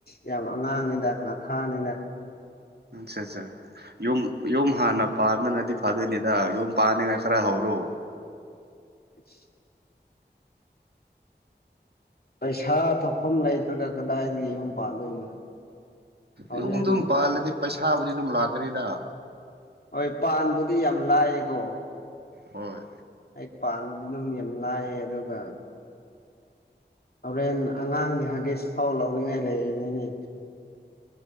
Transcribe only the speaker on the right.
ꯆꯥ ꯆꯥ ꯌꯨꯝ ꯌꯨꯝ ꯍꯥꯟꯅ ꯄꯥꯟꯕꯅꯗꯤ ꯐꯥꯗꯣꯏꯅꯤꯗ ꯌꯨꯝ ꯄꯥꯟꯅꯤꯡꯉꯥꯏ ꯈꯔ ꯍꯧꯔꯣ
ꯌꯨꯝ ꯗꯨꯝ ꯄꯥꯜꯂꯗꯤ ꯄꯩꯁꯥꯕꯨꯗꯤ ꯑꯗꯨꯝ ꯂꯥꯛꯀꯅꯤꯗ
ꯍꯣꯢ